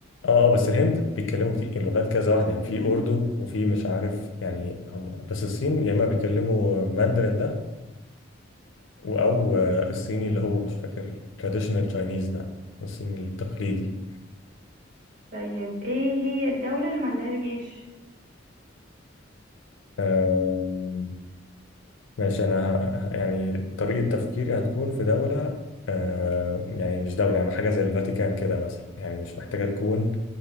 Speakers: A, on the left; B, on the right.
A: اه اه بس الهند بيتكلموا كتير لغات كذا واحده يعني
B: كده
A: في اردو وفي مش عارف يعني هم بس الصين يا اما بيتكلموا ماندرين ده و- او آه، الصيني اللي هو مش فاكر التراديشنال تشاينيز ده الصيني التقليدي
B: طيب ايه هي الدولة اللي ما عندهاش جيش
A: آه ماشي انا ه- ه- يعني طريقه تفكيري هتكون في دوله آه يعني مش دوله يعني حاجه زي الفاتيكان كده مثلا يعني مش محتاجه تكون